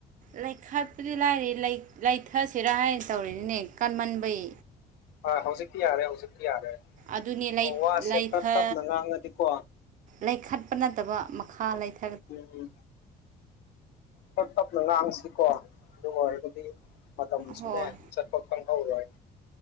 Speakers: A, on the right (about 50°); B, on the left (about 75°).
A: ꯂꯩꯈꯠꯄꯗꯤ ꯂꯥꯏꯔꯤ ꯂꯩ ꯂꯩꯊꯁꯤꯔꯥ ꯍꯥꯏꯅ ꯇꯧꯔꯤꯅꯤꯅꯦ ꯀꯟꯃꯟꯕꯩ
B: ꯑ ꯍꯧꯖꯤꯛꯇꯤ ꯌꯥꯔꯦ ꯍꯧꯖꯤꯛꯇꯤ ꯌꯥꯔꯦ
A: ꯑꯗꯨꯅꯤ ꯂꯩ
B: ꯑꯣ, ꯋꯥꯁꯦ
A: ꯂꯧꯊ
B: ꯈꯔ ꯇꯞꯅ ꯉꯥꯡꯉꯗꯤꯀꯣ
A: ꯂꯩꯈꯠꯄ ꯅꯠꯇꯕ ꯃꯈꯥ ꯂꯩꯊ
B: ꯎꯝ ꯇꯞ ꯇꯞꯅ ꯉꯥꯡꯁꯤꯀꯣ ꯑꯗꯨ ꯑꯣꯏꯔꯒꯗꯤ ꯃꯇꯝꯁꯤꯅꯦ
A: ꯍꯣꯏ
B: ꯆꯠꯄ ꯈꯪꯍꯧꯗꯦ